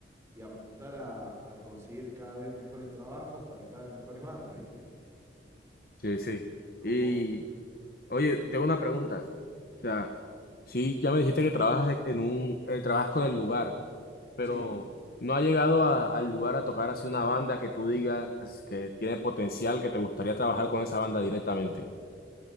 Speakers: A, on the right; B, on the left.
A: y apuntar a, a conseguir cada vez mejores trabajos para cada vez mejores bandas, ¿viste?
B: sí, sí. Y
A: Como,
B: oye, tengo una pregunta. O sea, sí, ya me dijiste que trabajas en un, eh, trabajas con el lugar, pero
A: sí.
B: ¿no ha llegado a- al lugar a tocar así una banda que tú digas que tiene potencial, que te gustaría trabajar con esa banda directamente?